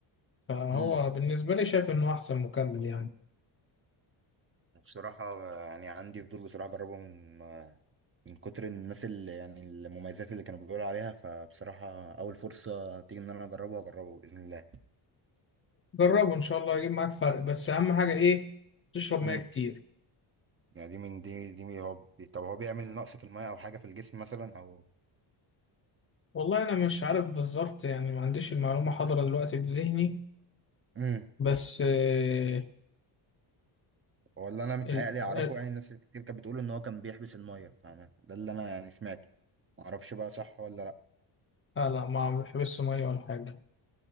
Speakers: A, on the left (about 25°); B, on the right (about 25°).
A: فهو
B: امم
A: بالنسبة لي شايف إنه أحسن مكمل يعني
B: بصراحه يعني عندي فضول بصراحه اجربه من من كتر الناس اللي يعني المميزات اللي كانوا بيقولوا عليها فبصراحه اول فرصه تيجي ان انا اجربه اجربه باذن الله
A: جربه إن شاء الله يجيب معاك فرق بس أهم حاجة إيه تشرب مية
B: امم
A: كتير
B: يعني دي من دي دي من هو بي- طب هو بيعمل نقص في الميه او حاجه في الجسم مثلا او
A: والله أنا مش عارف بالظبط يعني ما عنديش المعلومة حاضرة دلوقتي في ذهني
B: مم.
A: بس آه
B: هو اللي انا متهيألي
A: ال...
B: اعرفه
A: ال...
B: يعني الناس كتير كانت بتقول ان هو كان بيحبس الميه فاهم ده اللي انا يعني سمعته ما اعرفش بقى صح ولا لا
A: آه لا ما بيحبسش مية ولا حاجة